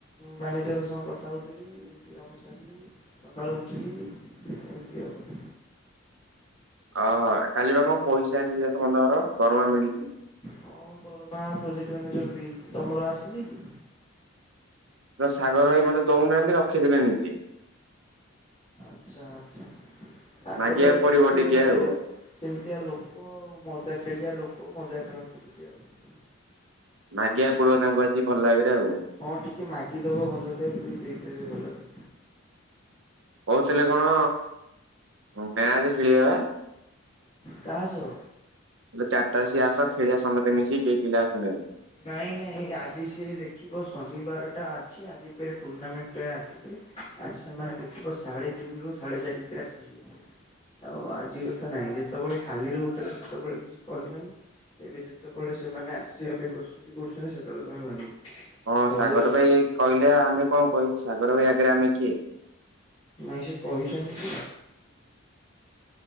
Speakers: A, on the left; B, on the right.
A: ମ୍ୟାନେଜଙ୍କର ସହ କଥା ହଉଥିଲି ଏମିତି କାମ ସାରିଲି। ସକାଳୁ ଉଠିଲି ଏମିତି ଆଉ।
B: ଓହୋ କାଲି ବା କଣ ପଇସା ଆସିଛି ସମସ୍ତଙ୍କର ଦରମା ମିଳିଚି।
A: ହଁ ଦରମା ପ୍ରୋଜେକ୍ଟ ମ୍ୟାନେଜର ଦେଇଛି ତମର ଆସିନି କି?
B: ତ ସାଗର ଭାଇ ମୋତେ ଦଉନାହାନ୍ତି ରଖିଦେଲେ ନିଜେ।
A: ଆଚ୍ଛା ଆଛା ସାଗର
B: ମାଗିବାକୁ
A: ଭାଇ ତ
B: ପଡିବ
A: ଟିକେ
B: ଆଉ।
A: ସେମିତିଆ ଲୋକ ଆଉ ମଜା ଖେଳିଆ ଲୋକ ମଜା ଖେଳନ୍ତି ଟିକେ ଆଉ।
B: ମାଗିବାକୁ ପଡିବ ତାଙ୍କୁ ଆଜି ଭଲ ବାଗରେ ଆଉ।
A: ହଁ ଟିକେ ମାଗିଦବ ଭଲରେ ସିଏ ଦେଇଦେବେ ଭଲରେ।
B: କହୁଥିଲେ କଣ ମ୍ୟାଚ ଖେଳିିବା ପା?
A: କାହା ସହ?
B: ହେଲେ ଚାରିଟା ସି ଆସ ଖେଳିବା ସମେ ମିଶିକି କେହି ପିଲା ଆସୁନାହାନ୍ତି।
A: ନାଇଁ ନାଇଁ ଆଜି ସେ ଦେଖିବ ଶନିବାରଟା ଅଛି ଆଜି ଫେର୍ ଟୁର୍ଣ୍ଣାମେଣ୍ଟ ପାଇ ଆସିବେ। ଆଜି ସେମାନେ ଦେଖିବ ସାଢେ ତିନିରୁ ସାଢେଚାରି ଭିତରେ ଆସିଯିବେ। ଆଉ ଆଜି କଥା ନାହିଁ ଯେତେବେଳେ ଖାଲି ରହୁଛି ସେତେବେଳେ କିଛି କହିଲନି ଏବେ ଯେତେବେଳେ ସେମାନେ ଆସିବା ପାଇଁ ପ୍ର ଯଦି କରୁଛନ୍ତି ସେତେବେଳେ ତୁମେ ବାହାରିବ।
B: ହଁ
A: ସବୁବେଳେ
B: ସାଗର ଭାଇ କହିଲେ ଆମେ କଣ କହିବୁ ସାଗର ଭାଇ ଆଗରେ ଆମେ କିଏ?
A: ନାଇଁ ସେ କହିଛନ୍ତି <inaudible>